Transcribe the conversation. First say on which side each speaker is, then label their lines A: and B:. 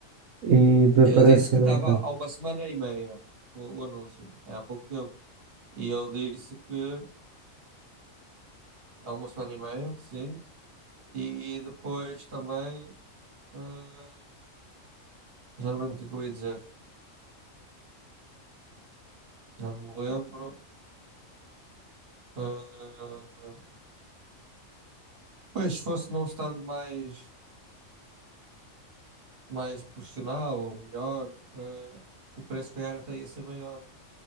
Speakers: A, on the right; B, on the right.
A: e desaparecem
B: Ele disse que
A: do
B: estava
A: mercado.
B: há uma semana e meia o, o anúncio, é há pouco tempo. E eu disse que há uma semana e meia, sim. E depois também. eh, já não lembro o que é que eu ia dizer. Já não me lembro. Eh, pois, se fosse não estando mais, mais profissional ou melhor, eh, o preço, se calhar, até ia ser maior